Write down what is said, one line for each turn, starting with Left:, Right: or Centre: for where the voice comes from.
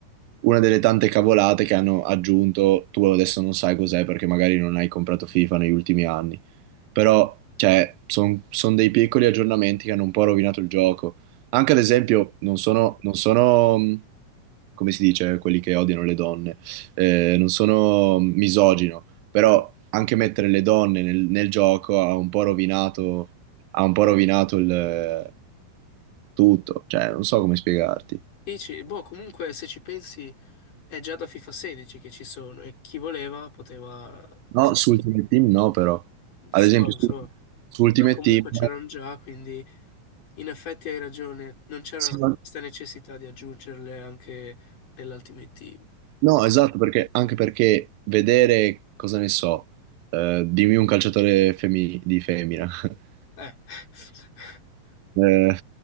Right: una delle tante cavolate che hanno aggiunto, tu adesso non sai cos'è perché magari non hai comprato FIFA negli ultimi anni però cioè, sono dei piccoli aggiornamenti che hanno un po' rovinato il gioco. Anche ad esempio, non sono, non sono, mh, come si dice, quelli che odiano le donne, eh, non sono misogino, però anche mettere le donne nel, nel gioco ha un po' rovinato, ha un po' rovinato il tutto, cioè, non so come spiegarti.
Left: dici, boh, comunque se ci pensi è già da FIFA 16 che ci sono e chi voleva poteva
Right: No,
Left: usare.
Right: su Ultimate Team no, però.
Left: Lo
Right: Ad
Left: so,
Right: esempio,
Left: lo
Right: su,
Left: so,
Right: su Ultimate
Left: però comunque
Right: Team...
Left: c'erano già, quindi in effetti hai ragione, non c'era
Right: Sì,
Left: questa
Right: ma-
Left: necessità di aggiungerle anche nell'Ultimate Team.
Right: No, esatto, perché, anche perché vedere, cosa ne so, eh, dimmi un calciatore femi- di femmina, <laughs>
Left: Eh, <laughs>
Right: Eh,